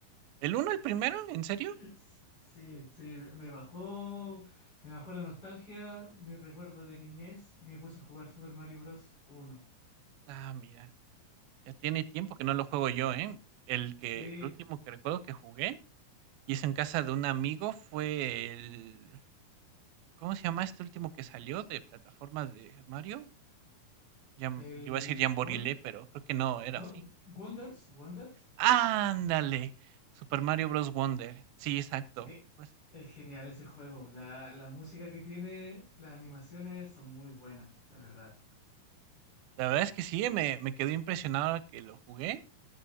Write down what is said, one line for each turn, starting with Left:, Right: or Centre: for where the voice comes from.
Right: ¿El uno, el primero? ¿En serio?
Left: S- Sí, sí, me bajó, me bajó la nostalgia, mis recuerdos de niñez y me puse a jugar Super Mario Bros. Uno.
Right: Ah, mira, ya tiene tiempo que no lo juego yo, ¿eh? El que,
Left: Sí,
Right: el último que recuerdo que jugué, y es en casa de un amigo, fue el... ¿Cómo se llama este último que salió de plataformas de Mario? Jam-
Left: el
Right: iba a decir Jamborilé,
Left: Won-
Right: pero creo que no era,
Left: Won-
Right: ¿o sí?
Left: Wonders, Wonders.
Right: ¡Ándale! Super Mario Bros. Wonder. Sí, exacto.
Left: Eh,
Right: Pues,
Left: Es, genial ese juego. La, la música que tiene, las animaciones son muy buenas, la verdad.
Right: la verdad es que sí, me, me quedé impresionado que lo jugué.